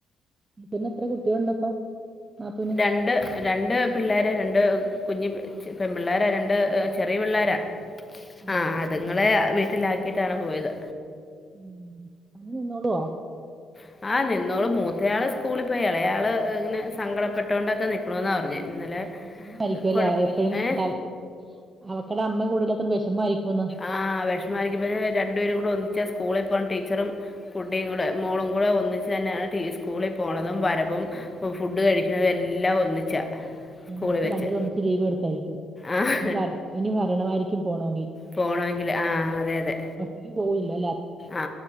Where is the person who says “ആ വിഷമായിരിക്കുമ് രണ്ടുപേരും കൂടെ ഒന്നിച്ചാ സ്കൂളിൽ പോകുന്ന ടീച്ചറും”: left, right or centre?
Left